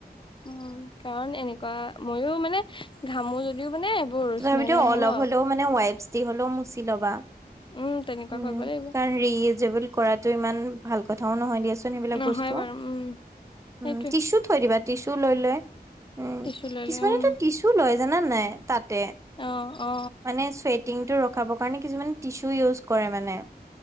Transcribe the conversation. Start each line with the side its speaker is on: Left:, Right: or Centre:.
Left: উম কাৰণ এনেকোৱা মইয়ো মানে ঘামোলে ও মানে এইবোৰ
Right: তথাপিতো
Left: স্মেল নাহে
Right: অলপ
Left: ন।
Right: হ'লেও মানে ওৱাইপছ দি হলো মছি লবা
Left: উম তেনেকুৱা
Right: উম
Left: কৰিব লাগিব
Right: কাৰণ ৰিইজেবোল কৰাটো ইমান ভাল কথাও নহয় দিয়াচোন সেইবিলাক
Left: নহয়
Right: বস্তু
Left: বাৰু উম সেইটোৱে
Right: উম টিচু থৈ দিবা টিচু লৈ লয় উম
Left: টিচু লৈ
Right: কিছুমানেতো
Left: লৈ উম
Right: টিচু টো লয় জানা নাই তাতে
Left: অ অ
Right: মানে চোৱেত টিঙতো ৰখাবৰ কাৰণে কিছুমানে টিচু ইউজ কৰে মানে।